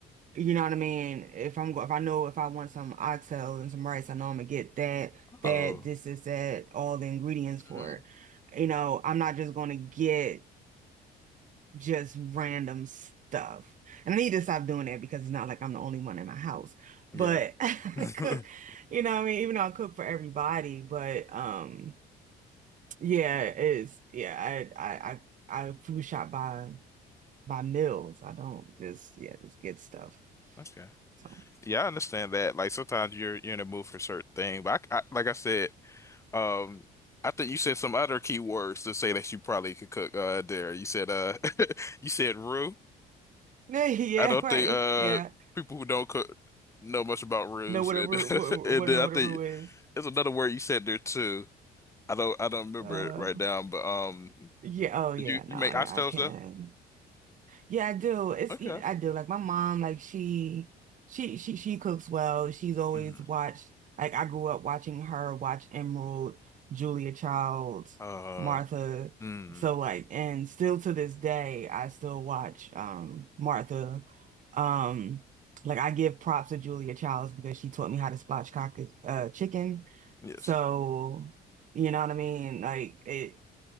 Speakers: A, on the right; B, on the left.
A: you know what I mean? If I'm go if I know if I want some oxtails and some rice, I know I'm gonna get that, that,
B: Oh.
A: this, this, that, all the ingredients for
B: Mm.
A: it. You know, I'm not just gonna get just random stuff. And I need to stop doing that because it's not like I'm the only one in my house.
B: Yeah.
A: But <laughs> I
B: <laughs>
A: cook,
B: Mm.
A: you know what I mean? Even though I cook for everybody, but um yeah, it is. Yeah, I, I, I, I food shop by by meals. I don't just yeah just get stuff.
B: Okay.
A: So
B: Yeah, I understand that. Like sometimes you're you're in the mood for a certain thing, but I, I like I said. Um, I think you said some other keywords to say that you probably could cook uh there. You said uh <laughs> you said roux.
A: <laughs> yeah,
B: I don't
A: right.
B: think uh
A: Yeah,
B: people who don't cook know much about roux
A: know what
B: and
A: a roux, what,
B: <laughs> and
A: what
B: then
A: know
B: I
A: what
B: think
A: a roux is.
B: there's another word you said there too. I don't I don't remember
A: Uh,
B: it right now, but um
A: yeah. Oh yeah.
B: you
A: No,
B: you make
A: yeah,
B: oxtails
A: I can.
B: though?
A: Yeah, I do. It's
B: Okay.
A: yeah, I do. Like my mom, like she she she she cooks well. She's always
B: Mm.
A: watched like I grew up watching her watch Emerald, Julia Childs,
B: Uh
A: Martha.
B: mm,
A: So like and still to this day I still watch um Martha. Um like I give props to Julia Childs because she taught me how to spatchcock uh chicken.
B: yes.
A: So you know what I mean? Like it